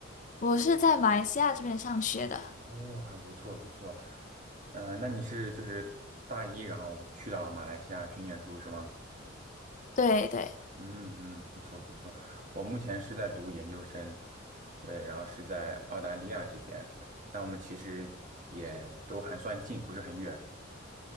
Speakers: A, on the left; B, on the right.
A: 我是在马来西亚这边上学的，
B: 哦，还不错不错，呃，那你是就是大一，然后去到马来西亚去念书是吗？
A: 对对，
B: 嗯嗯，不错不错，我目前是在读研究生，对，然后是在澳大利亚这边，那我们其实也都还算近，不是很远。